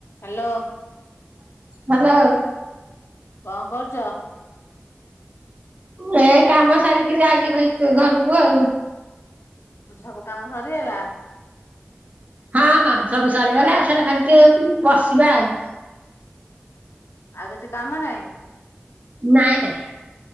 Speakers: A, on the left; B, on the right.
A: ହାଲୋ।
B: ହାଲୋ।
A: କଣ କରୁଚ?
B: ଏଇ କାମ ସାରିକିରି ଆଇଲି ଭାରି ତ ଘରକୁ ଆଉ।
A: ସବୁ କାମ ସରିଗଲା?
B: ହଁ ହଁ, ସବୁ ସରିଗଲା ଏଥର ଖାଲି ଟିକେ ବସିବା ଆଉ।
A: ଆଉ କିଛି କାମ ନାଇଁ?
B: ନାଇଁ ନାଇଁ